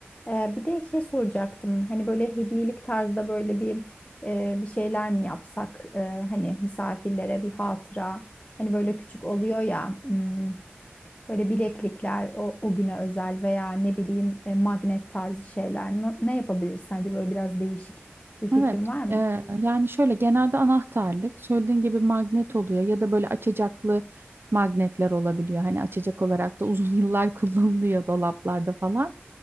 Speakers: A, on the left; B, on the right.
A: Ee, bir de şey soracaktım. Hani böyle hediyelik tarzda böyle bir e, bir şeyler mi yapsak? Ee, hani misafirlere bir hatıra. Hani böyle küçük oluyor ya. hmm, böyle bileklikler o, o güne özel veya ne bileyim e, magnet tarzı şeyler. Ne, ne yapabiliriz sence böyle biraz değişik bir fikrin
B: Evet,
A: var mı?
B: e, yani şöyle genelde anahtarlık söylediğin gibi magnet oluyor ya da böyle açacaklı magnetler olabiliyor. Hani açacak olarak da uzun yıllar <laughs> kullanılıyor dolaplarda falan.